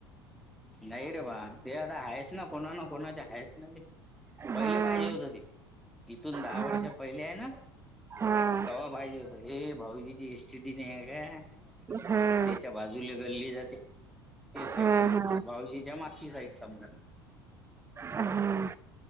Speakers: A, in the centre; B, on the right.
A: नाहीय रे बा ते आता हायस ना कोणा न कोणा हायस ना ते
B: हम्म
A: पहिले पाहिजे होत ते इथून दहा
B: हम्म
A: वर्ष पहिले आहे ना
B: हम्म
A: तवा पाहिजे होता हे भाऊजीची एस टी डी नाही हे ग
B: हम्
A: त्याच्या बाजूला गल्ली जाते. ते साईड
B: हम्म
A: मागची
B: हम्म
A: भाऊजीच्या मागची साईड समजा
B: हम्म